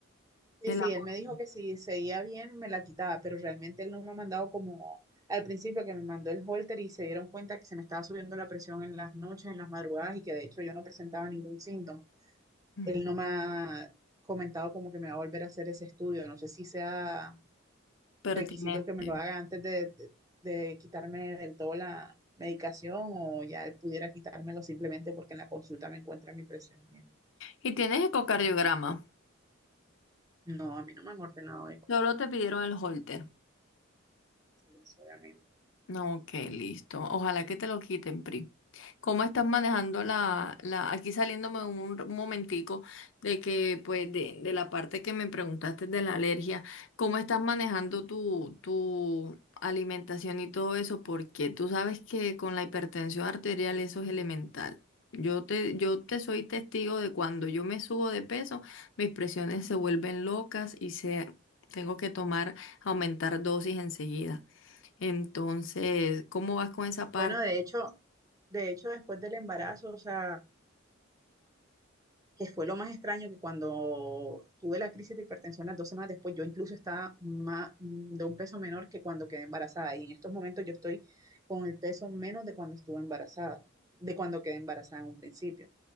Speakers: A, on the right (about 15°); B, on the left (about 65°).
A: Y
B: del
A: sí,
B: amor
A: él me dijo que si seguía bien, me la quitaba, pero realmente él no me ha mandado como al principio que me mandó el holter y se dieron cuenta que se me estaba subiendo la presión en las noches, en las madrugadas y que de hecho yo no presentaba ningún síntoma.
B: Mm.
A: él no me ha comentado como que me va a volver a hacer ese estudio. No sé si sea
B: pertinente.
A: requisito que me lo haga antes de, de- de quitarme del todo la medicación o ya él pudiera quitármelo simplemente porque en la consulta me encuentran mi presión bien.
B: Y tienes ecocardiograma.
A: No, a mí no me han ordenado eco.
B: Solo te pidieron el holter.
A: Sí, solamente.
B: No, ok, listo. Ojalá que te lo quiten, Pri. ¿Cómo estás manejando la, la, aquí saliéndome un, un momentico de que, pues, de, de la parte que me preguntaste de la alergia, ¿cómo estás manejando tu, tu alimentación y todo eso? Porque tú sabes que con la hipertensión arterial eso es elemental. Yo te, yo te soy testigo de cuando yo me subo de peso, mis presiones se vuelven locas y se, tengo que tomar, aumentar dosis enseguida. Entonces, ¿cómo vas con esa parte?
A: Bueno, de hecho, de hecho, después del embarazo, o sea, que fue lo más extraño que cuando tuve la crisis de hipertensión las dos semanas después, yo incluso estaba más, mm, de un peso menor que cuando quedé embarazada. Y en estos momentos yo estoy con el peso menos de cuando estuve embarazada, de cuando quedé embarazada en un principio.